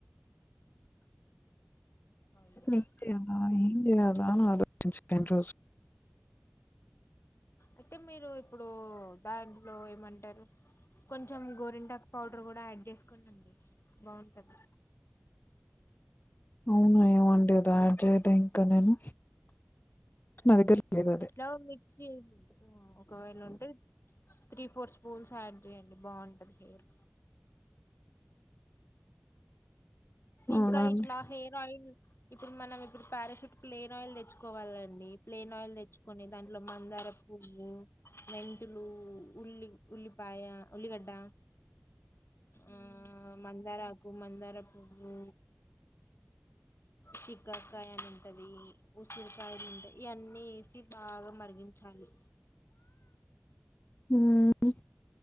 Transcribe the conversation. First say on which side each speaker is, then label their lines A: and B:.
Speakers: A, on the left (about 70°); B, on the left (about 45°).
A: అయ్యో!
B: ఏం చేయాలా ఏం చేయాలా అని ఆలోచించండి రోజులు
A: అయితే మీరు ఇప్పుడు దాంట్లో ఏమంటారు కొంచెం గోరింటకు పౌడర్ కూడా యాడ్ చేసుకోండి బాగుంటుంది
B: అవునా ఏమోండీ అది యాడ్ చేయల ఇంకా నేను నా దగ్గర లేదు అది
A: ఎట్లాగో మిక్స్ చే ఒకవేళ ఉంటే త్రీ ఫోర్ స్పూల్స్ యాడ్ చేయండి బాగుంటది హెయిర్ ఇంకా
B: అవునా అండి
A: ఇట్లా హెయిర్ ఆయిల్ ఇప్పుడు మనం ఇప్పుడు పారాషూట్ ప్లేయిన్ ఆయిల్ తెచ్చు కోవాలండి ప్లేన్ ఆయిల్ తెచ్చు కొన్ని దాంట్లో మందార పువ్వు మే లు ఉల్లి ఉల్లి పయ ఉల్లిగడ్డ ఆ మందారాకు పు మందారపువ్వు శిఖకాయ అని ఉంటది ఉసిరికాయలు ఈ ఎన్ని ఏసీ ఇది బాగా మరిగించాలి
B: హ్మ్